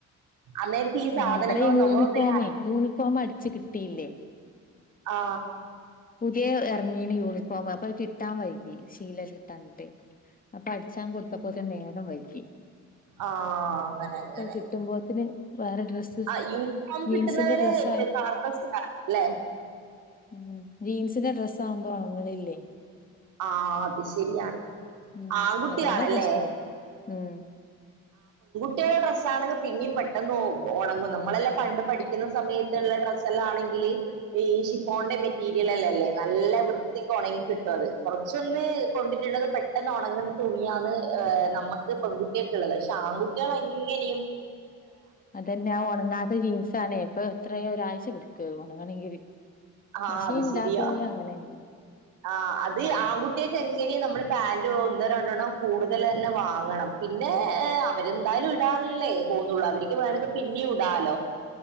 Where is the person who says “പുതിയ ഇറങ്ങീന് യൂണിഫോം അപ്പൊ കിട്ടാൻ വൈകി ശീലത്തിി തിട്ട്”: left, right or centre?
Left